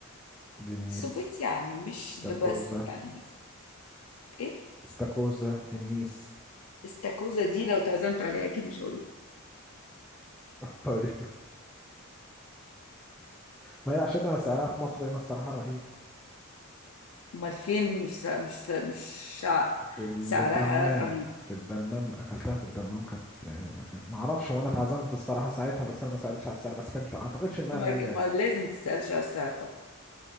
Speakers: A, in the centre; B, on the left.
A: دينيس
B: السبيت يعني مش
A: استاكوزا
B: ذا بيست يعني بس إيه
A: استاكوزا دينيس
B: استاكوزا دي لو اتعزمت عليها أكيد مش هقول لك
A: <laughs> طيب <laughs> ما هي عشان سعرها في مصر هنا الصراحة رهيب
B: أمال فين مش سع- مش سع- مش شع-
A: في الدمام
B: سعرها رهيب
A: في الدمام اكلتها في الدمام كانت ما كانت- ما اعرفش وانا اتعزمت الصراحة ساعتها بس انا ما سألتش على السعر بس كانت ما اعتقدش انها
B: ما
A: غالية
B: ما لازم تسألش على السعر طبعا